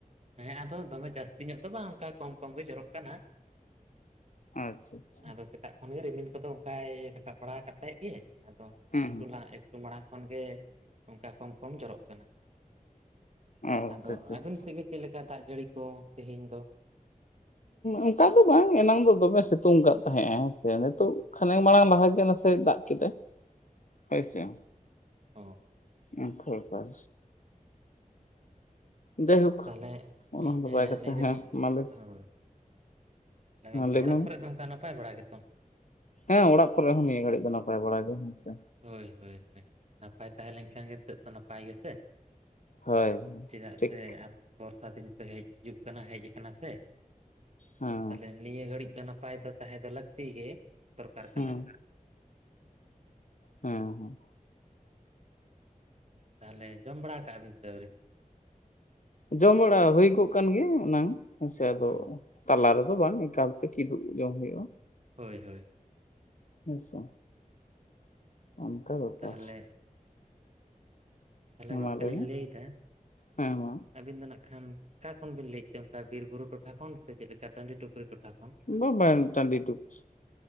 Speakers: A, on the right (about 50°); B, on the left (about 60°).
A: ᱦᱮᱸ ᱟᱫᱚ ᱫᱚᱢᱮ ᱡᱟᱹᱥᱛᱤ ᱧᱚᱜ ᱫᱚ ᱵᱟᱝ ᱚᱱᱠᱟ ᱠᱚᱢ ᱠᱚᱢ ᱜᱮ ᱡᱚᱨᱚᱜ ᱠᱟᱱᱟ᱾
B: ᱟᱪᱪᱷᱟ ᱟᱪᱪᱷᱟ
A: ᱟᱫᱚ ᱥᱮᱛᱟᱜ ᱠᱷᱚᱱ ᱜᱮ ᱨᱤᱢᱤᱞ ᱠᱚᱫᱚ ᱚᱱᱠᱟᱭ ᱨᱟᱠᱟᱵ ᱵᱟᱲᱟ ᱠᱟᱫ ᱛᱟᱦᱮᱸ ᱜᱮ ᱟᱫᱚ
B: ᱦᱩᱸ
A: ᱮᱠᱴᱩ
B: ᱦᱩᱸ
A: ᱞᱟᱦᱟ ᱮᱠᱴᱩ ᱢᱟᱲᱟᱝ ᱠᱷᱚᱱ ᱜᱮ ᱚᱱᱠᱟ ᱠᱚᱢ ᱠᱚᱢ ᱡᱚᱨᱚᱜ ᱠᱟᱱᱟ᱾
B: ᱟᱪᱪᱷᱟ
A: ᱟᱫᱚ
B: ᱟᱪᱪᱷᱟ
A: ᱟᱵᱮᱱ ᱥᱮᱫ ᱜᱮ ᱪᱮᱫᱮᱠᱟ ᱫᱟᱜ ᱡᱟᱹᱲᱤ ᱠᱚ ᱛᱮᱦᱮᱧ ᱫᱚ
B: ᱚᱱᱠᱟ ᱫᱚ ᱵᱟᱝ ᱮᱱᱟᱝ ᱫᱚ ᱫᱚᱢᱮ ᱥᱮᱛᱩᱝ ᱟᱠᱟᱫ ᱛᱟᱦᱮᱸᱜᱼᱟ ᱦᱮᱸ ᱥᱮ ᱱᱤᱛᱚᱜ ᱠᱷᱟᱱᱮᱠ ᱢᱟᱲᱟᱝ ᱞᱟᱦᱟ ᱜᱮ ᱱᱟᱥᱮ ᱫᱟᱜ ᱠᱮᱫᱟᱭ ᱦᱳᱭᱥᱮ
A: ᱦᱚ
B: ᱩᱱ ᱠᱷᱟ ᱵᱮᱯᱟᱨ ᱡᱟᱭᱦᱳᱠ
A: ᱛᱟᱦᱚᱞᱮ
B: ᱚᱱᱟ ᱫᱚ
A: ᱦᱮᱸ
B: ᱵᱟᱭ ᱠᱟᱛᱷᱟ
A: ᱞᱟᱹᱭ ᱫᱟᱞᱤᱧ
B: ᱢᱟ ᱞᱟᱹᱭ
A: ᱦᱳᱭ ᱛᱟᱦᱚᱞᱮ ᱜᱚᱝᱠᱮ
B: ᱞᱟᱹᱭ
A: ᱚᱲᱟᱜ
B: ᱢᱮ
A: ᱠᱚᱨᱮ
B: ᱢᱟ
A: ᱫᱚ ᱚᱝᱠᱟ ᱱᱟᱯᱟᱭ ᱵᱟᱲᱟ ᱜᱮᱛᱚ
B: ᱦᱮᱸ ᱚᱲᱟᱜ ᱠᱚᱨᱮ ᱦᱚᱸ ᱱᱤᱭᱟᱹ ᱜᱷᱟᱹᱲᱤᱡ ᱫᱚ ᱱᱟᱯᱟᱭ ᱵᱟᱲᱟ ᱜᱮ ᱦᱮᱸᱥᱮ
A: ᱦᱳᱭ ᱦᱳᱭ ᱦᱳᱭ ᱱᱟᱯᱟᱭ ᱛᱟᱦᱮᱸ ᱞᱮᱱᱠᱷᱟᱱ ᱜᱮ ᱱᱤᱛᱚᱜ ᱫᱚ ᱱᱟᱯᱟᱭ ᱜᱮᱥᱮ
B: ᱦᱳᱭ
A: ᱪᱮᱫᱟᱜ
B: ᱴᱷᱤᱠ
A: ᱥᱮ ᱟᱵᱚ ᱵᱚᱨ ᱥᱟᱫᱷᱤᱱ ᱛᱮ ᱦᱮᱡ ᱦᱤᱡᱩᱜ ᱠᱟᱱᱟ ᱦᱮᱡ ᱠᱟᱱᱟ ᱥᱮ
B: ᱦᱮᱸ
A: ᱛᱟᱦᱚᱞᱮ ᱱᱤᱭᱟᱹ ᱜᱷᱟᱹᱲᱤᱡ ᱫᱚ ᱱᱟᱯᱟᱭ ᱱᱟᱯᱟᱭ ᱫᱚ ᱛᱟᱦᱮᱸ ᱫᱚ ᱞᱟᱹᱠᱛᱤ ᱜᱮ ᱫᱚᱨᱠᱟᱨ ᱠᱟᱱᱟ᱾
B: ᱦᱮᱸ ᱦᱩ ᱦᱩᱸ
A: ᱛᱟᱦᱚᱞᱮ ᱡᱚᱢ ᱵᱟᱲᱟ ᱠᱟᱜᱼᱟ ᱵᱤᱱ ᱥᱮ ᱟᱣᱨᱤ᱾
B: ᱡᱚᱢ ᱵᱟᱲᱟ ᱦᱩᱭ ᱠᱚᱜ ᱠᱟᱱ ᱜᱮᱭᱟ ᱮᱱᱟᱝ ᱦᱮᱸ ᱥᱮ ᱟᱫᱚ
A: ᱚ
B: ᱛᱟᱞᱟ ᱨᱮᱫᱚ ᱵᱟᱝ ᱮᱠᱟᱞ ᱛᱮ ᱠᱤᱫᱩᱵ ᱡᱚᱢ ᱦᱩᱭᱩᱜᱼᱟ᱾
A: ᱦᱳᱭ ᱦᱳᱭ
B: ᱟᱪᱪᱷᱟ ᱚᱱᱠᱟ ᱵᱮᱯᱟᱨ
A: ᱛᱟᱦᱚᱞᱮ ᱛᱟᱦᱞᱮ
B: ᱦᱮᱸ
A: ᱜᱚᱝᱠᱮ
B: ᱢᱟ
A: ᱞᱤᱧ
B: ᱢᱮ
A: ᱞᱟᱹᱭ ᱫᱟ
B: ᱦᱮᱸ ᱢᱟ
A: ᱟᱹᱵᱤᱱ ᱫᱚ ᱱᱟᱜ ᱠᱷᱟᱱ ᱚᱠᱟ ᱠᱷᱚᱱ ᱵᱤᱱ ᱞᱟᱹᱭᱮᱫ ᱛᱮ ᱚᱱᱠᱟ ᱵᱤᱨ ᱵᱩᱨᱩ ᱴᱚᱴᱷᱟ ᱠᱷᱚᱱ ᱥᱮ ᱪᱮᱫ ᱞᱮᱠᱟ ᱴᱟᱺᱰᱤ ᱴᱩᱯᱨᱤ ᱴᱚᱴᱷᱟ ᱠᱷᱚᱱ?
B: ᱵᱚ ᱵᱮᱱ ᱴᱟᱺᱰᱤ ᱴᱩᱯᱩᱥ ᱴᱩᱠ